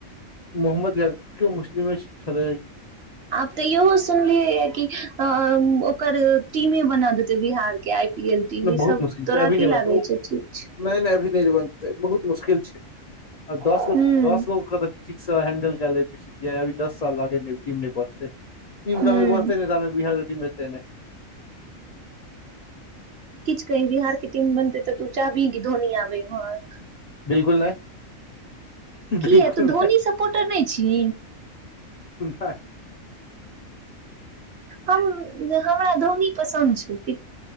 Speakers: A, on the left; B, on the right.
A: मोहम्मद यकिम मुश <inaudible> <inaudible> छलै
B: आब तऽ इहो सुनलियै य कि अ ओकर टीमे बना देते बिहार के आय पी एलटी ई
A: बहुत
B: सब
A: मुश्किल
B: तोरा
A: छै अभी नहि
B: की
A: बनतै
B: लागे
A: ओ,
B: छौ ठीक छै
A: नहि नहि अभी बनतै बहुत मुश्किल छै दस
B: हूं
A: गो दस गो क त ठिक स हैंडल छै चियै अभि दस लागैय टीम बढ़तै नहि टीम
B: हूं
A: जाब बढ़तै नहि ताब बिहार क टीम एतै नहि
B: कहीं बिहार के टीम बनते तऽ तू चाहबिहि कीधोनी आबे इम्हर
A: बिल्कुल नहि
B: कीय
A: बिल्कुल
B: त धोनी सपोटर नहि छी
A: ा <inaudible>
B: हम हमरा धोनी पसन्द छू कि